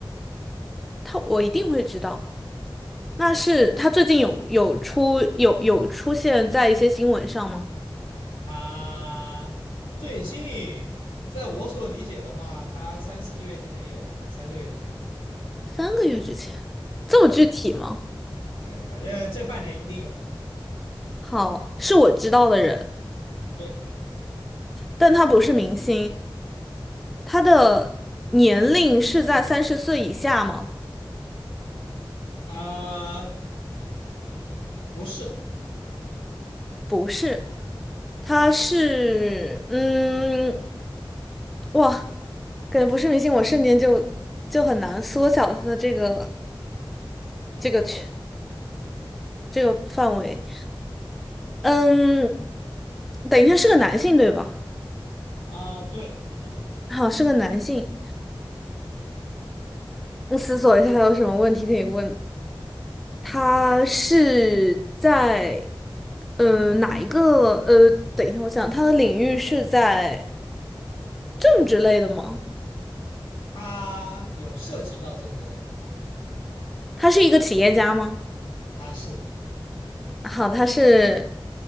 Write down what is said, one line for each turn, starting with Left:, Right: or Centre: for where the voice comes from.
Centre: 他我一定会知道。那是他最近有有出有有出现在一些新闻上吗？
Left: 他最近，在我所理解的话，他三四个月之前有吧，三个月之前左右。
Centre: 三个月之前，这么具体吗？
Left: 对。对，反正这半年一定有。
Centre: 好，是我知道的人，
Left: 对，
Centre: 但他不是明星。他的年龄是在三十岁以下吗？
Left: 呃，不是，
Centre: 不是，他是嗯，哇，感觉不是明星，我瞬间就就很难缩小他的这个这个圈这个范围。嗯，等一下是个男性对吧？
Left: 啊，对，是的，
Centre: 好，是个男性。我思索一下还有什么问题可以问。他是在呃哪一个呃？等一下，我想他的领域是在。政治类的吗？
Left: 他有涉及到政治类，
Centre: 他是一个企业家吗？
Left: 他是的，
Centre: 好，他是